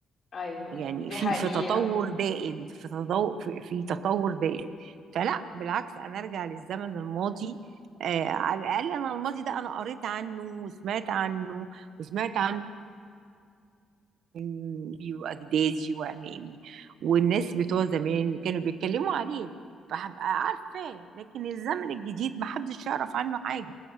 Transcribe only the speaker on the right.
يعني
في
في تطور دائم في تطور في في تطور دائم فلا بالعكس انا ارجع للزمن الماضي آه على الاقل انا الماضي ده انا قريت عنه وسمعت عنه وسمعت عنه أمي واجدادي وعمامي والناس بتوع زمان كانوا بيتكلموا عليه فهبقى عارفاه لكن الزمن الجديد محدش يعرف عنه حاجه